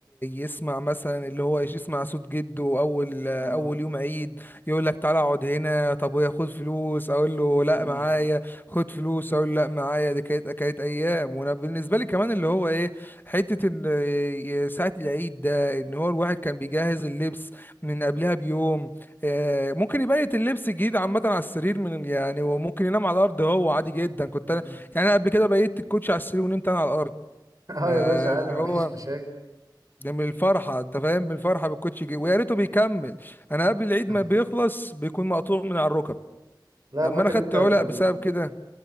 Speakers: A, on the left; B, on the right.
A: يسمع مثلا اللي هو يسمع صوت جده اول اول
B: مم.
A: يوم عيد يقول لك تعالى اقعد هنا طب ويا خد فلوس اقول له لا
B: مم.
A: معايا خد فلوس اقول له لا معايا دي كانت كانت ايام وانا بالنسبة لي كمان اللي هو ايه حتة ان ساعة العيد ده ان هو الواحد كان بيجهز اللبس من قبلها بيوم آه، ممكن يبيت اللبس الجديد عامة على السرير من يعني وممكن ينام على الأرض هو عادي جدا كنت
B: مم.
A: أنا يعني أنا قبل كده بيت الكوتش على السرير ونمت أنا على الأرض
B: <laughs> اه
A: فاللي
B: يا باشا عادي ما
A: هو
B: فيش مشاكل
A: ده من الفرحة أنت فاهم من الفرحة بالكوتش جي ويا ريته بيكمل أنا قبل العيد
B: <laughs>
A: ما بيخلص بيكون مقطوع من على الركب
B: لا
A: أما
B: فاكر
A: أنا خدت
B: انت في
A: علق
B: ال...
A: بسبب كده